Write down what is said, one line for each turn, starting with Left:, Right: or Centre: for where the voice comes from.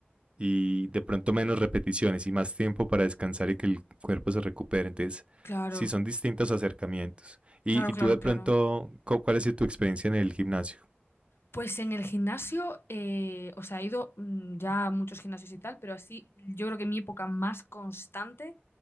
Right: y de pronto menos repeticiones y más tiempo para descansar y que el cuerpo se recupere. Entonces,
Left: claro,
Right: sí, son distintos acercamientos. Y,
Left: claro,
Right: y
Left: claro,
Right: tú de pronto,
Left: claro.
Right: cu- ¿cuál ha sido tu experiencia en el gimnasio?
Left: Pues en el gimnasio, eh, o sea, he ido mm, ya a muchos gimnasios y tal, pero así yo creo que mi época más constante